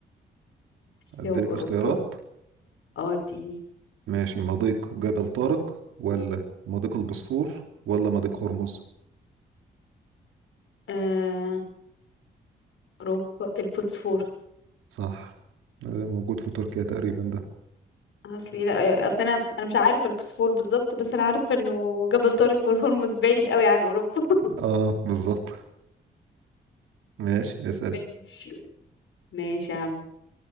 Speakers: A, on the left; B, on the right.
A: اسيا
B: اديلك
A: واوروبا
B: اختيارات
A: <laughs> اه اديني
B: ماشي مضيق جبل طارق ولا مضيق البوسفور ولا مضيق هرمز
A: آه، اوروبا البوسفور
B: صح ده موجود في تركيا تقريبا ده
A: اصلي لا اصل انا انا مش عارفه البوسفور بالظبط بس انا عارفه انه جبل طارق والهرمز بعيد قوي عن اوروبا <laughs>
B: اه بالظبط ماشي اسألي
A: ماشي ماشي يا عم